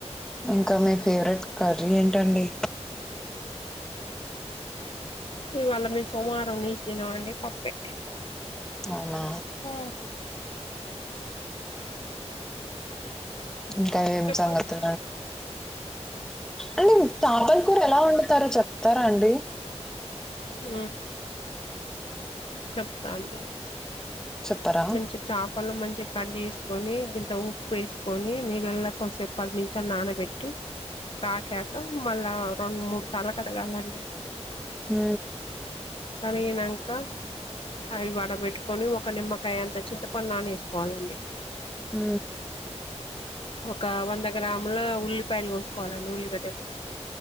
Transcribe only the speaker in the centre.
ఇంకా మీ ఫేవరెట్ కర్రీ ఏంటండి
అనా
ఇంకా ఏం
సంగతుే అండి తాపన్ కూూర ఎలా వండుతారో చెప్తారా అండి
చెప్పరా
హ
హ